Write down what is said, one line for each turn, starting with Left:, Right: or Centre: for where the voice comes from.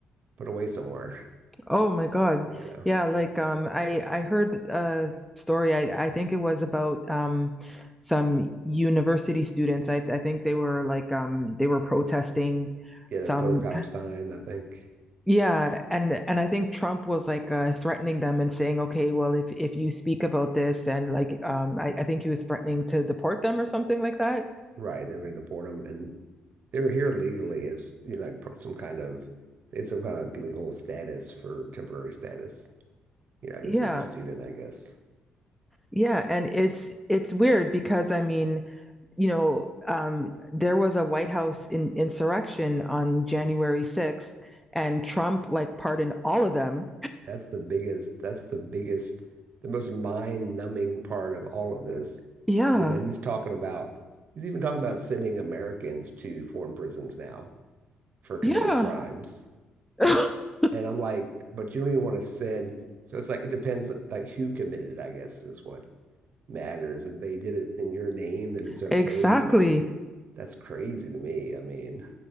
Right: put away somewhere.
Centre: Oh my God.
Right: You know,
Centre: Yeah, like um I I heard a story. I I think it was about um some university students. I I think they were like um they were protesting
Right: yeah,
Centre: some
Right: they're pro-Palestine, I think.
Centre: yeah, and and I think Trump was like uh threatening them and saying, "Okay, well if if you speak about this, then like um I I think he was threatening to deport them or something like that."
Right: Right, they're going to deport them, and they were here legally as you know, like some kind of they had some kind of legal status for temporary status. you know, I guess
Centre: Yeah.
Right: as a student, I guess
Centre: Yeah, and it's it's weird because I mean you know, um, there was a White House in, insurrection on January 6th, and Trump like pardoned all of them.
Right: that's the biggest, that's the biggest, the most mind-numbing part of all of this
Centre: Yeah,
Right: is that he's talking about, he's even talking about sending Americans to foreign prisons now for committing
Centre: yeah,
Right: crimes.
Centre: <coughs>
Right: And I'm like, but you don't even want to send, so it's like, it depends like who committed it, I guess is what matters. If they did it in your name, then
Centre: <clears throat>
Right: it's okay,
Centre: exactly.
Right: but that's crazy to me. I mean,